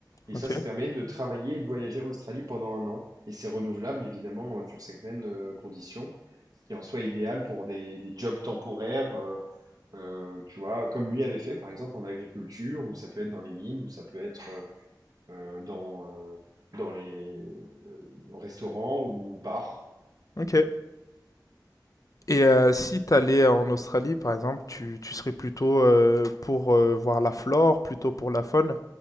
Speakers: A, on the right; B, on the left.
A: Et
B: ok,
A: ça, ça permet de travailler et de voyager en Australie pendant un an. Et c'est renouvelable, évidemment, euh, sur certaines euh, conditions, ce qui est en soi idéal pour des, des jobs temporaires, euh, euh, tu vois, comme lui avait fait, par exemple, en agriculture, ou ça peut être dans les mines, ou ça peut être euh, euh, dans, euh, dans les restaurants ou bars.
B: ok. Et euh, si t'allais en Australie, par exemple, tu, tu serais plutôt euh, pour euh, voir la flore, plutôt pour la faune.